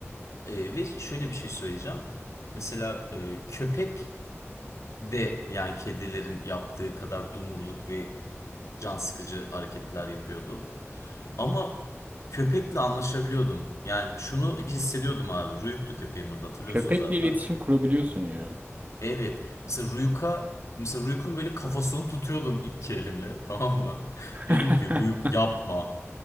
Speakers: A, on the left; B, on the right.
A: Ee, ve şöyle bir şey söyleyeceğim. Mesela e, köpek de yani kedilerin yaptığı kadar dumurluk ve can sıkıcı hareketler yapıyordu. Ama köpekle anlaşabiliyordum. Yani şunu hissediyordum abi. Ruyuk'tu köpeğimin adı hatırlıyorsun
B: Köpekle
A: zaten.
B: iletişim kurabiliyorsun ya.
A: Evet. Mesela Ruyuk'a mesela Ruyuk'un böyle kafasını tutuyordum iki elimle. Tamam mı? <laughs>
B: <laughs>
A: Diyordum ki Ruyuk yapma.